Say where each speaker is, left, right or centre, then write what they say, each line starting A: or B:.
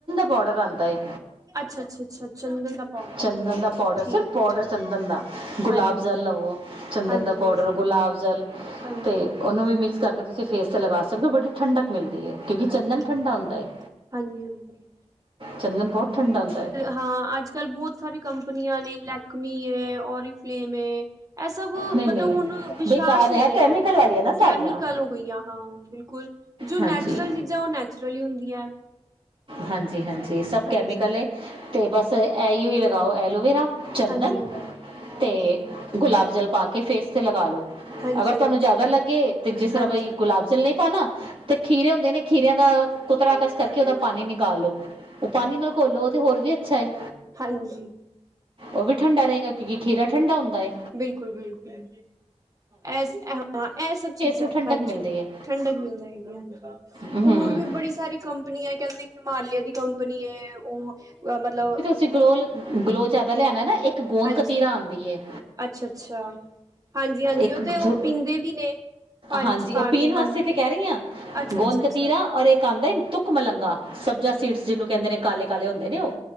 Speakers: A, on the right; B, on the right.
A: ਬੋਡਰ ਆਦਾ ਏ।
B: ਅੱਛਾ- ਅੱਛਾ ਚੰਦਨ ਦਾ। ਪਾਊਡਰ
A: ਚੰਦਨ ਦਾ ਪਾਊਡਰ
B: ਠੀਕ
A: ਸਿਰਫ਼ ਚੰਦਨ
B: ਹੈ ਠੀਕ
A: ਦਾ ਪਾਉਡਰ
B: ਹੈ
A: ਦੇ ਨਾਲ ਗੁਲਾਬ
B: ਹਾਂਜੀ
A: ਜਲ ਲਵੋ। ਚੰਦਨ
B: ਹਾਂਜੀ
A: ਦਾ ਪਾਊਡਰ
B: ਹਾਂਜੀ
A: ਗੁਲਾਬ ਜਲ
B: ਹਾਂਜੀ
A: ਤੇ
B: ਹਾਂਜੀ
A: ਉਹਨੂੰ ਵੀ ਮਿਕਸ ਕਰਕੇ ਤੁਸੀਂ ਫੇਸ ਤੇ ਲਗਾ ਸਕਦੇ ਹੋ ਬੜੀ। ਠੰਡਕ ਮਿਲਦੀ ਹੈ ਕਿਉਂਕਿ
B: ਹਾਂਜੀ
A: ਚੰਦਨ ਠੰਡਾ ਹੁੰਦਾ ਹੈ।
B: ਹਾਂਜੀ ਹਾਂਜੀ
A: ਚੰਦਨ ਬੋਤ ਠੰਡਾ ਹੁੰਦਾ ਐ।
B: ਹਾਂ, ਅੱਜ ਕਲ੍ਹ ਬਹੁਤ ਸਾਰੀ ਕੰਪਨੀਆਂ ਨੇ ਲੈਕਮੀ ਹੈ ਓਰੀਫਲੇਮ ਹੈ। ਐ ਸਭ
A: ਨਹੀਂ
B: ਮਤਲਬ
A: ਨਹੀਂ
B: ਹੁਣ ਵਿਸ਼ਵਾਸ
A: ਬੇਕਾਰ
B: ਨਈ
A: ਕੈਮੀਕਲ
B: ਹੈ
A: ਵਾਲੀਆਂ ਨਾ
B: ਕੈਮੀਕਲ।
A: ਸਾਰੀਆਂ
B: ਈਆਂ ਹਾਂ ਬਿਲਕੁਲ ਜੋ ਨੈਚੁਰਲ
A: ਹਾਂਜੀ
B: ਚੀਜ਼ਾਂ ਉਹ ਨੈਚੁਰਲ ਹੀ ਹੁੰਦੀਆਂ।
A: ਹਾਂਜੀ ਹਾਂਜੀ, ਸਭ
B: ਹਾਂਜੀ
A: ਕੈਮੀਕਲ ਹੈ ਅਤੇ ਬਸ ਇਹੀਓ ਹੀ ਲਗਾਓ ਐਲੋਵੇਰਾ। ਚੰਦਨ
B: ਹਾਂਜੀ ਹਾਂਜੀ।
A: ਤੇ
B: ਹਾਂਜੀ
A: ਗੁਲਾਬ ਜਲ ਪਾ ਕੇ ਫੇਸ ਤੇ ਲਗਾ ਲੋ।
B: ਹਾਂਜੀ
A: ਅਗਰ ਤੁਹਾਨੂੰ ਜ਼ਆਦਾ ਲੱਗੇ ਜਿਸ ਤਰ੍ਹਾਂ
B: ਹਾਂਜੀ
A: ਬਈ ਗੁਲਾਬ ਜਲ ਨਈ ਪਾਣਾ ਤੇ ਖੀਰੇ ਹੁੰਦੇ ਨੇ ਖੀਰੇਆਂ ਦਾ। ਕੁਤਰਾ
B: ਲੋਗੋ ਦੇ
A: ਕਸ
B: ਕੱਠੇ
A: ਕਰਕੇ ਉਹਦਾ
B: ਹੋਏ।
A: ਪਾਣੀ ਨਿਕਾਲ ਲੋ ਉਹ ਤੇ ਪਾਣੀ ਨਾਲ ਘੋਲੋ ਤੇ ਹੋਰ ਵੀ ਅੱਛਾ, ਹੈ।
B: ਹਾਂਜੀ
A: ਓ ਵੀ ਠੰਡਾ ਰਹੇਗਾ ਕਿਉਕਿ ਖੀਰਾ ਠੰਡਾ ਹੁੰਦਾ ਏ।
B: ਬਿਲਕੁਲ ਬਿਲਕੁਲ ਇਹ ਸਭ ਚੀਜ਼ਾਂ
A: ਨੂੰ ਠੰਡਕ
B: ਨਾਲ
A: ਮਿਲਦੀ ਹੈ
B: ਠੰਡਕ ਮਿਲ ਜਾਏਗੀ ਹਾਂਜੀ।
A: ਹੂੰ
B: ਹੋਰ ਵੀ ਬੜੀ ਸਾਰੀ ਕੰਪਨੀੀਆਂ, ਹੈ ਕਹਿੰਦੇ ਹਿਮਾਲਿਆ, ਦੀ ਕੰਪਨੀ ਹੈ ਉਹ ਮਤਲਬ।
A: ਤੁਸੀ ਗਲੋ ਜਿਆਦਾ ਲਿਆਣਾ ਨਾ ਇੱਕ ਗੋਂਦ
B: ਹਾਂਜੀ
A: ਕਤੀਰਾ ਆਂਦੀ ਏ।
B: ਅੱਛਾ, ਅੱਛ ਅੱਛਾ, ਹਾਂਜੀ ਹਾਂਜੀ
A: ਇੱਕ
B: ਓ ਤੇ ਓ
A: ਥ-
B: ਪੀਂਦੇ ਵੀ ਨੇ। ਪਾਣੀ
A: ਹਾਂਜੀ
B: ਚ ਪਾ
A: ਓ ਪੀਣ
B: ਕੇ ਹਾਂਜੀ
A: ਵਾਸਤੇ ਤੇ ਕਹਿ ਰਹੀ ਆਂ
B: ਅੱਛਾ
A: ਗੋਂਦ
B: ਅੱਛਾ ਅੱਛਾ
A: ਕਤੀਰਾ ਔਰ ਇੱਕ ਆਂਦਾ ਏ। ਤੁਕ ਮਲੰਗਾ ਸਬਜ਼ਾ ਸੀਡਸ ਜਿਹਨੂੰ ਕਹਿੰਦੇ ਨੇ ਕਾਲੇ ਕਾਲੇ ਹੁੰਦੇ ਨੇ ਉਹ।